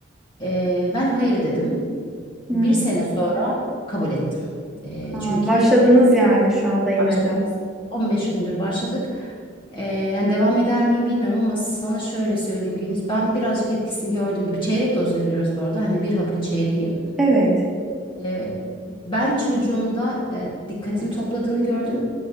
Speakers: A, on the left; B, in the centre.
A: E, ben hayır dedim.
B: Hmm.
A: Bir sene sonra kabul ettim. E,
B: Aa,
A: çünkü
B: başladınız yani şu anda ilaca.
A: başladık. 15 gündür başladık. Ee, yani devam eder miyim bilmiyorum ama sana şöyle söyleyeyim Güliz. Ben birazcık etkisini gördüğüm gibi çeyrek doz veriyoruz bu arada. Hani bir hapın çeyreği.
B: Evet.
A: Ee, ben çocuğumda e, dikkatini topladığını gördüm.